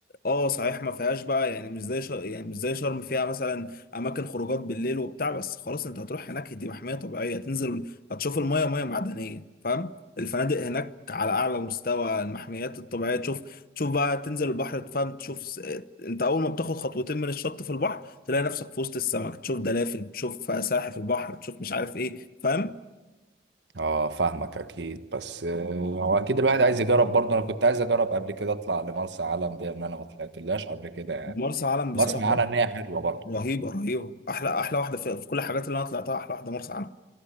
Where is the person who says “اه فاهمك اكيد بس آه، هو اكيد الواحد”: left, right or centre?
Right